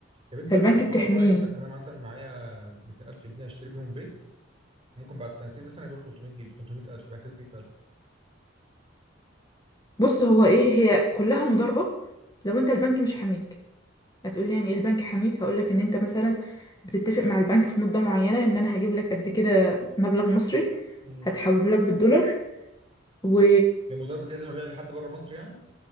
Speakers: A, on the right; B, on the left.
A: يا بنتي
B: فالبنك
A: لا استثمار
B: بتحميه
A: عقاري مثلا انا مثلا معايا 200000 جنيه اشتري بيهم بيت ممكن بعد سنتين مثلا ابيع 300 جنيه 300000 يبقى كسبت 100000
B: بص هو ايه هي كلها مضاربة لو انت البنك مش حاميك هتقولي يعني ايه البنك حميك هقولك ان انت مثلا بتتفق مع البنك في مدة معينة ان انا هجيب لك قد كده مبلغ مصري
A: مم.
B: هتحوله لك بالدولار و
A: هي المضاربه دي لازم ابيع لحد بره مصر يعني؟